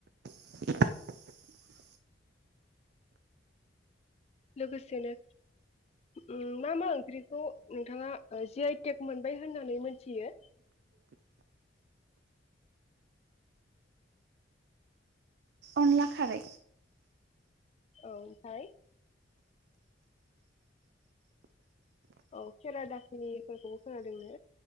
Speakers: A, on the right (about 60°); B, on the left (about 35°).
A: <inaudible>
B: लोगोसेनो उम मा मा ओंख्रि ग' नोंथाङा ओ जि आइटेक मोनबाय होननानै मोनथियो
A: अनला खारै
B: औ ओमफाय औ खेरा दाखिनिफोरखौबो खोनादोंनो